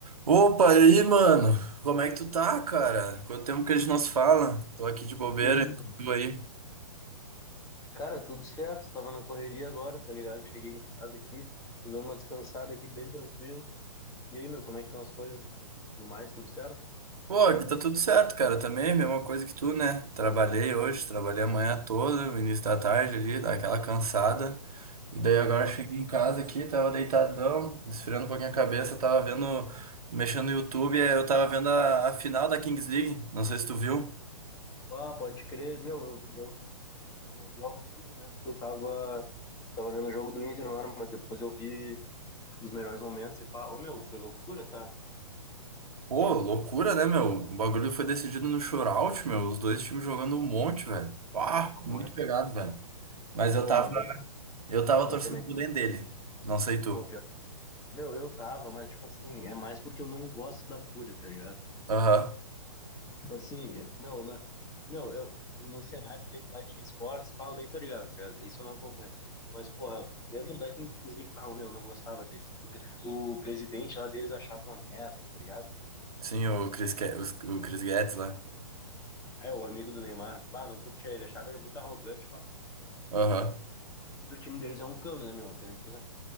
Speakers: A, on the right; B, on the left.
A: Opa, e aí, mano? Como é que tu tá, cara? Quanto tempo que a gente não se fala? Tô aqui de bobeira,
B: E aí, mano?
A: e tu aí?
B: Cara, tudo certo, tava na correria agora, tá ligado? Cheguei em casa aqui, tô dando uma descansada aqui, bem tranquilo. E aí, meu, como é que estão as coisas? No mais, tudo certo?
A: Pô, aqui tá tudo certo, cara. Também, mesma coisa que tu, né? Trabalhei hoje, trabalhei a manhã toda, no início da tarde ali, dá aquela cansada. E daí agora
B: Pô.
A: eu cheguei em casa aqui, tava deitadão, esfriando um pouquinho a cabeça, tava vendo, mexendo no YouTube, e aí eu tava vendo a, a final da Kings League. Não sei se tu viu.
B: Ah, pode crer, meu, eu, eu não, eu não vi ao vivo, né? Porque eu tava, tava vendo o jogo do Inter na hora, mas depois eu vi os melhores momentos e pá, ô meu, foi loucura, tá?
A: Pô, loucura, né, meu? O bagulho foi decidido no shootout, meu. Os dois times jogando um monte, velho. Pá,
B: Ah,
A: muito
B: Porra.
A: pegado, velho. Mas eu
B: Pô,
A: tava,
B: mas vou te-
A: eu tava
B: eu
A: torcendo
B: também,
A: pro Dendê dele. Não sei tu.
B: pô, pior. Meu, eu tava, mas tipo assim, é mais porque eu não gosto da Fúria, tá ligado?
A: Aham.
B: Tipo assim, meu, na, meu, eu, no cenário deles lá de esportes, pá, eu nem tô ligado, tá ligado? Isso eu não acompanho. Mas, porra, dentro da Kings League, pá, meu, não gostava deles. O, gre- o presidente lá deles achava uma merda, tá ligado?
A: Sim, o Chris, Ke- os- o Chris Guedes lá.
B: É, o amigo do Neymar, pá, não curtia ele, achava ele muito arrogante, pá.
A: Aham.
B: O time deles é um cano, né, meu? Não tem nem o que fazer.